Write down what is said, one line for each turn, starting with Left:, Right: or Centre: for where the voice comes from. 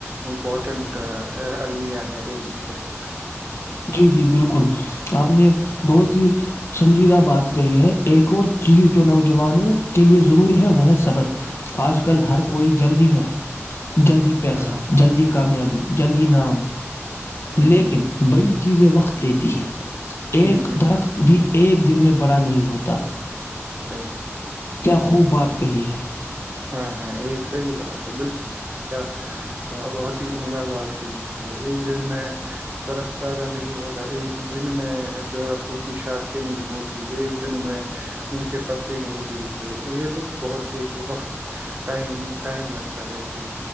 Right: امپورٹ المیہ ہے رہی زندگی میں
Left: جی جی بالکل آپ نے بہت ہی سنجیدہ بات کہی ہے ایک اور چیز جو نوجوانوں کے لیے ضروری ہے وہ ہے صبر آج کل ہر کوئی جلدی میں ہے جلدی پیسہ
Right: ہاں
Left: جلدی کامیابی جلدی نام
Right: ہاں ہ
Left: لیکن بڑی سے وقت لیتی ہے ایک
Right: ہ ہ
Left: درخت بھی ایک ایک دن میں بڑا نہیں ہوتا
Right: صحیح
Left: کیا خوب بات کہی ہے
Right: ہاں ہاں یہ صحیح بات ہے بالکل کیا بہت ہی عمدہ بات کہی ہے ایک دن میں درخت پیدا نہیں ہوتا ایک دن میں درخت ان کی شاخیں نہیں ہوتی ایک دن میں ان کے پتے نہیں کھلتے یہ تو بہت ایک وقت ٹائم ٹائم لگتا ہے کہ